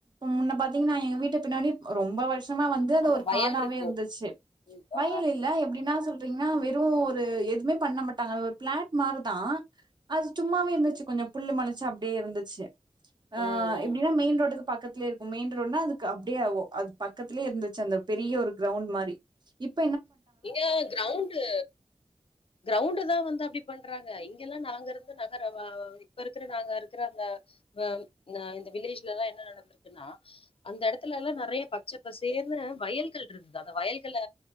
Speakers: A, on the right (about 40°); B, on the left (about 55°).
A: முன்ன பாத்தீங்கன்னா எங்க வீட்டு பின்னாடி ரொம்ப வஷ் த்தமா வந்து து
B: ஆமா
A: ஒரு
B: வயல்
A: காடாவே
B: இருக்கும்.
A: இருந்துச்சு வயல்
B: ஆ
A: இல்ல எப்டினா சொல்றீங் நா வெறு ஒரு எதுமே பண்ண மட்டாங்க பிளாட் மாருதா அது சும்மாவே இருந்துச்சு கொஞ்ச புல்லு மொலச்சு அப்டே இருந்துச்சு அ
B: ம் ம்.
A: எப்டின்னா மெயின் ரோட்டுக்கு பக்கத்லே இருக்கும் மெயின் ரோடுன அதுக்கு அப்டியே ஓ அத் பக்கத்லே இருந்துச்சு அந்த பெரிய ஒரு கிரவுண் மாரி இப்
B: இங்க கிரவுண்டு கிரவுண்ட தா வந்து அப்படி பண்றாங்க கில்லா நாங்க இருந்து நகர வா இப்ப இருக்குற நாங்க இருக்குற அந்த வ ந்த இந்த வில்லேஜ்லலாம் என்ன நடந்துருக்குன்னா அந்த இடத்துலல்லா நெறைய பச்சப்பசேர்னு வயல்கள் இருந்து அத வயல்கள